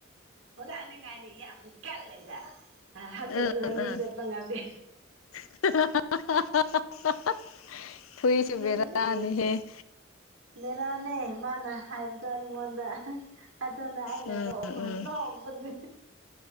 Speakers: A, on the right; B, on the left.
A: ꯍꯨꯔꯥꯟꯅꯤꯉꯥꯏꯗꯤ ꯌꯥꯝ ꯀꯥꯜꯂꯒ ꯍꯧꯖꯤꯛꯅ
B: ꯎꯝ
A: ꯂꯝꯕꯤ
B: ꯎꯝ
A: ꯆꯠꯄ ꯉꯝꯗꯦ
B: <unintelligible>
A: ꯅꯣꯛꯅꯤꯡ
B: ꯕꯦꯔꯥꯅꯤꯍꯦ
A: ꯃꯦꯔꯥꯅꯦ ꯃꯥꯅ ꯍꯥꯏꯕ ꯑꯗꯣ ꯑꯩꯉꯣꯟꯗ ꯑꯗꯨꯅ ꯑꯩꯅ
B: ꯎꯝ
A: ꯇꯣꯛꯂ
B: ꯎꯝ
A: ꯅꯣꯛꯕꯅꯤ